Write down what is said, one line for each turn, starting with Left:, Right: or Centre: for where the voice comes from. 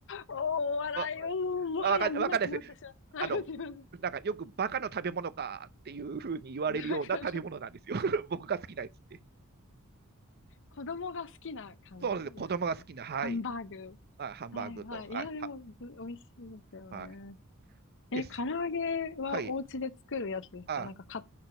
Left: おー笑いを、
Right: わ、
Left: もはや見なくなってしまった。
Right: わかん、わかんないです。あの、
Left: <laughs> はいすいません。
Right: なんかよくバカの食べ物かっていうふうに言われるような食べ物なんですよ。
Left: なんか、
Right: <laughs> 僕が好きなやつって。
Left: 子供が好きな感じですかね。
Right: そうですね、子供が好きな、はい。
Left: ハンバーグ。
Right: あ、ハンバーグと、
Left: はいはい。
Right: はい、
Left: いや、でも、
Right: は、
Left: ず美味しいですよね。
Right: はい、
Left: え、
Right: です。
Left: 唐揚げはお家で作るやつですかなんか、
Right: はい。あ、
Left: か、